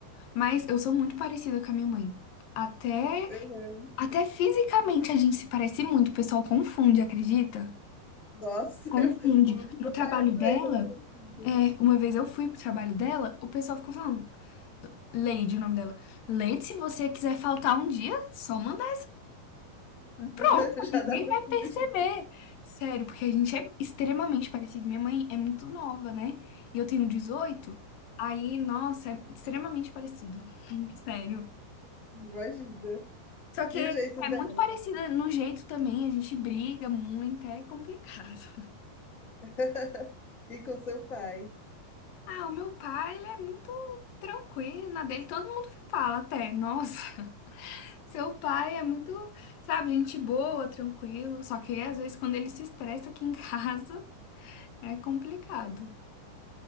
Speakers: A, on the left (about 70°); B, on the left (about 20°).
A: mas eu sou muito parecida com a minha mãe. Até,
B: Uhum.
A: até fisicamente a gente se parece muito, o pessoal confunde, acredita?
B: Nossa,
A: Confunde.
B: <laughs> o com meu
A: No trabalho
B: pai eu também
A: dela,
B: sou parecida.
A: é, uma vez eu fui pro trabalho dela, o pessoal ficou falando, Leide, o nome dela. Leide, se você quiser faltar um dia, só mandar Pronto,
B: <laughs>
A: ninguém
B: Já dá pra
A: vai
B: se
A: perceber.
B: vestir,
A: Sério, porque a gente é extremamente parecido. Minha mãe é muito nova, né? E eu tenho 18. Aí, nossa, é extremamente parecido. <laughs> Sério.
B: imagina.
A: Só que
B: E
A: é
B: o jeito dela.
A: muito parecida no jeito também, a gente briga muito, é complicado. <laughs>
B: <laughs> E com seu pai.
A: Ah, o meu pai, ele é muito tranquilo, na dele todo mundo fala até, nossa, <laughs> seu pai é muito, sabe, gente boa, tranquilo, só que às vezes quando ele se estressa aqui em casa, <laughs> é complicado.